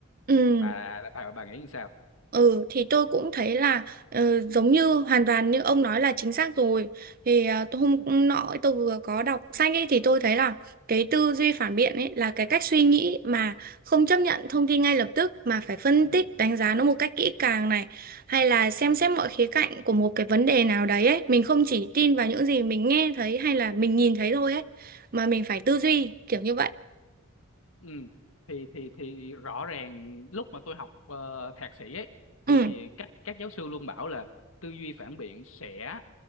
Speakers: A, on the right; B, on the left.
A: ừ.
B: bà bà bà nghĩ như sao
A: Ừ thì tôi cũng thấy là ờ, giống như hoàn toàn như ông nói là chính xác rồi thì ờ, tôi hôm nọ tôi vừa có đọc sách ấy thì tôi thấy là cái tư duy phản biện ấy là cái cách suy nghĩ mà không chấp nhận thông tin ngay lập tức mà phải phân
B: Ừ.
A: tích đánh giá nó một cách kỹ càng này hay là xem xét mọi khía cạnh của một cái vấn đề nào đấy ấy mình không chỉ tin vào những gì mình nghe thấy hay là mình nhìn thấy thôi ấy mà mình phải tư duy kiểu như vậy
B: Ừ. Thì thì thì rõ ràng lúc mà tôi học ờ, thạc sĩ ấy thì
A: ừ
B: các các giáo sư luôn bảo là tư duy phản biện sẽ